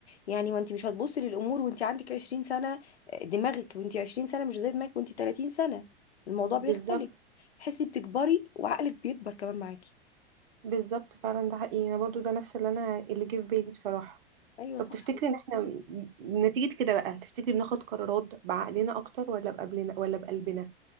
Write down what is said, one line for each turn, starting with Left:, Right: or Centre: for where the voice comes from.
Left: يعني ما انت مش هتبصي للامور وانت عندك 20 سنه آه، دماغك وانت 20 سنه مش زي دماغك وانت 30 سنه الموضوع بيختلف
Right: بالظبط
Left: تحسي بتكبري وعقلك بيكبر كمان معاكي
Right: بالظبط فعلا ده حقيقي انا برضو ده نفس اللي انا اللي جه في بالي بصراحة
Left: ايوه
Right: طب
Left: صح
Right: تفتكري ان احنا نتيجة كده بقى تفتكري بناخد قرارات بعقلنا اكتر ولا بقبلنا ولا بقلبنا